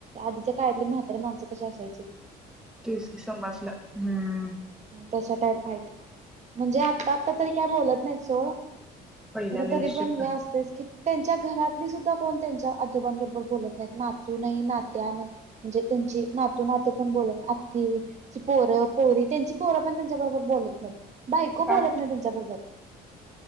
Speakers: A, on the right; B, in the centre.
A: आधीच्या काळातली म्हातारी माणसं कशी असा
B: तेच की समजलं हम्म
A: तस टाईप आहेत म्हणजे आत्ता आता तरी काय बोलत नाही सोड
B: पहिला
A: खर
B: लय
A: तरी
B: स्ट्रिक्ट
A: पण ग असतेच की त्यांच्या घरातली सुद्धा कोण त्यांच्या आजोबांबरोबर बोलत नाहीत नातू नाही नाू त्या म्हणजे त्यांची नातू नातू पण बोलत कि पोरं पोरी त्यांची पोरं पण त्यांच्या बरोबर बोलत नाहीत बाऐको बोलत
B: का
A: नाही त्यांच्याबरोबर